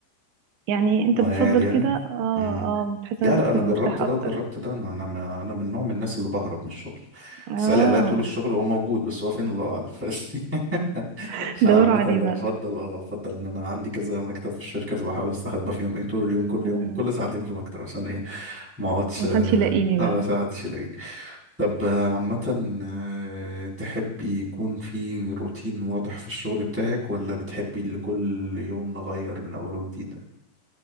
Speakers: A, on the right (about 80°); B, in the centre.
A: يعني انت
B: وانا
A: بتفضل
B: قاعد يعني
A: كده اه
B: امم
A: اه بتحس
B: لا
A: نفسك
B: لا انا
A: هتبقى
B: جربت
A: مرتاح
B: ده
A: اكتر
B: وجربت ده انا انا ما- انا من نوع من الناس اللي بهرب من الشغل
A: اه
B: تسالي عليا طول الشغل هو موجود بس هو فين الله اعلم ف- <laughs>
A: <laughs>
B: انا
A: دوروا
B: عامه
A: عليه
B: لا
A: بقى
B: افضل اه افضل ان انا عندي كذا مكتب في الشركه فبحاول استخبى فيهم ايه طول اليوم كل
A: مم.
B: يوم كل ساعتين في مكتب عشان ايه ما اقعدش
A: عشان
B: اه
A: محدش يلاقيني
B: آه،
A: بقى
B: بس ما حدش يلاقيني طب آه، عامه آه، تحبي يكون في روتين واضح في الشغل بتاعك ولا بتحبي اللي كل يوم نغير من اول وجديد